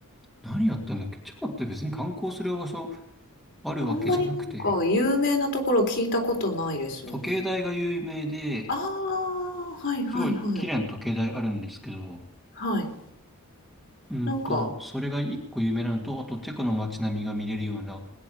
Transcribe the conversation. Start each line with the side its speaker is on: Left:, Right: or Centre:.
Centre: 何やったんだっけチェコって別に観光する場所あるわけじゃなくて、
Left: あんまりなんか有名なところ聞いたことないですよね。
Centre: 時計台が有名で、
Left: ああ、はいはいはい。
Centre: すごい綺麗な時計台あるんですけど、
Left: はい。
Centre: うんと、
Left: なんか、
Centre: それが一個有名なのと、あとチェコの街並みが見れるような